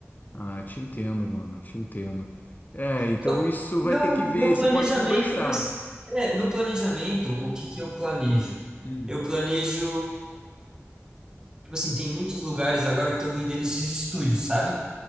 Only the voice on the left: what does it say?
Ah, te entendo, mano, te entendo. É, então
isso
vai ter que ver.
Você pode conversar.
Hum,